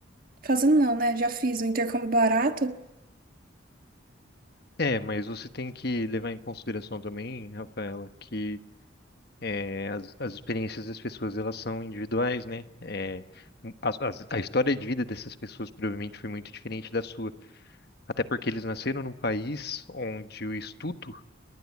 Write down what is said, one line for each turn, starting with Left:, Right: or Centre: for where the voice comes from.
Right: Fazendo não, né? Já fiz um intercâmbio barato.
Left: É, mas você tem que levar em consideração também, Rafaela, que é, as, as experiências das pessoas, elas são individuais, né? É, as- as- a história de vida dessas pessoas provavelmente foi muito diferente da sua. Até porque eles nasceram num país onde o estudo